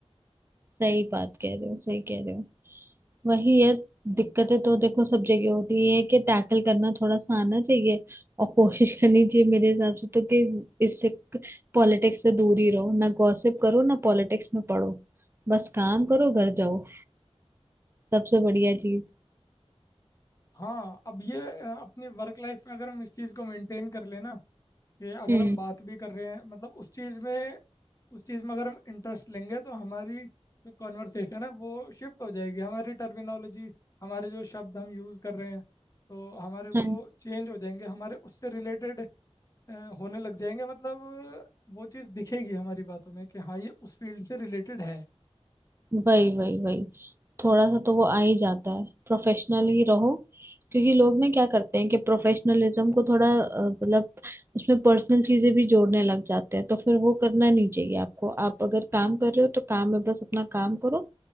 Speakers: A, on the right; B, on the left.
A: सही बात कह रहे हो सही कह रहे हो वही है दिक्कतें तो देखो सब जगह होती है ये है कि टैकल करना थोड़ा सा आना चाहिए और कोशिश <laughs> करनी चाहिए मेरे हिसाब से तो कि इससे पॉलिटिक्स से दूर ही रहो ना गॉसिप करो ना पॉलिटिक्स में पढ़ो बस काम करो घर जाओ सबसे बढ़िया चीज
B: हाँ अब ये अ, अपनी वर्क लाइफ में अगर हम इस चीज़ को मेंटेन कर लेना कि अगर
A: हम्म
B: हम बात भी कर रहे हैं मतलब उस चीज़ में उस चीज़ में अगर हम इंटरेस्ट लेंगे तो हमारी जो कॉन्वर्सेशन है वो शिफ्ट हो जाएगी हमारी टर्मिनोलॉजी हमारे जो शब्द हम यूज़ कर रहे हैं तो हमारे वो
A: हाँ
B: चेंज हो जाएंगे हमारे उससे रिलेटेड होने लग जाएंगे मतलब अ, वो चीज़ दिखेगी हमारी बातों में कि हाँ ये उस फील्ड से रिलेटेड है
A: वही वही वही थोड़ा सा तो वो आ ही जाता है प्रोफेशनल ही रहो क्योंकि लोग ना क्या करते हैं कि प्रोफेशनलिज्म को थोड़ा अ, मतलब उसमें पर्सनल चीजें भी जोड़ने लग जाते हैं तो फिर वो करना नहीं चाहिए आपको आप अगर काम कर रहे हो तो काम में बस अपना काम करो